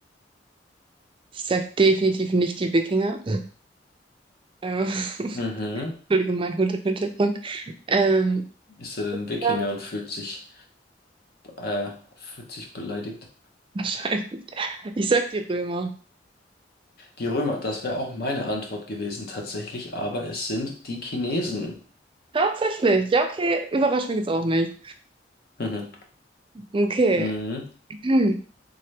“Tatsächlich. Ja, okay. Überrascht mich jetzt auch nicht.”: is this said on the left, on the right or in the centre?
Right